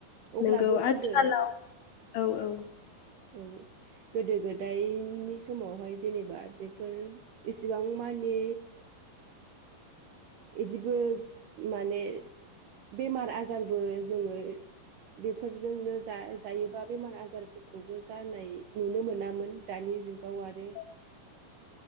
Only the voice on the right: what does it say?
अब्लाबो
गोदो
औ गोदो गोदायनि समावहाय जेनेबा बेफोर इसिबां मानि इदिबो माने बेमार आजारबो जोङो बेफोरजोंनो जा जायोबा बेमार आजारफोरखौबो जानाय नुनो मोनामोन दानि जुगाव आरो